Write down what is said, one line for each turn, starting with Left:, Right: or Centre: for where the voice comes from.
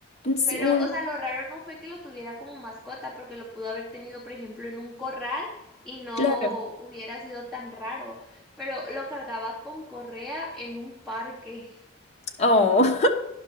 Left: Sí,
Centre: Pero,
Left: un...
Centre: o sea, lo raro no fue que lo tuviera como mascota, porque lo pudo haber tenido, por ejemplo, en un corral y no
Left: Claro.
Centre: hubiera sido tan raro, pero lo cargaba con correa en un parque.
Left: Oh,